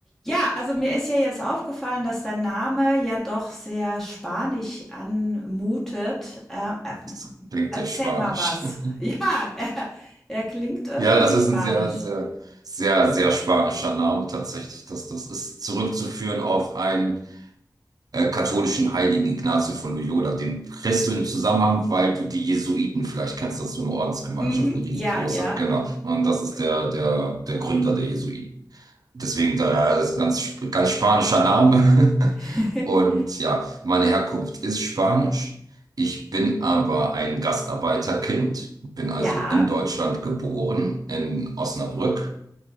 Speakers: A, in the centre; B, on the right.
A: Ja, also mir ist ja jetzt aufgefallen, dass dein Name ja doch sehr spanisch anmutet. Äh, äh,
B: Das klingt
A: erzähl
B: ja spanisch.
A: mal was.
B: <laughs>
A: Ja, <laughs> er, er klingt irgendwie
B: Ja, das
A: spanisch.
B: ist ein sehr, sehr, sehr, sehr spanischer Name tatsächlich. Das, das ist zurückzuführen auf einen äh, katholischen Heiligen Ignazio von Loyola. Den kriegst du im Zusammenhang, weil du die Jesuiten vielleicht kennst, das ist so eine Ordensgemeinschaft,
A: Mhm.
B: eine riesengroße.
A: Ja, ja.
B: Genau. Und das ist der, der, der Gründer der Jesuiten. Deswegen da, ja, das ist ein ganz, sp- ganz spanischer Name.
A: <laughs>
B: <laughs> Und ja, meine Herkunft ist Spanisch. Ich bin aber ein Gastarbeiterkind, bin
A: Ja,
B: also in Deutschland geboren, in Osnabrück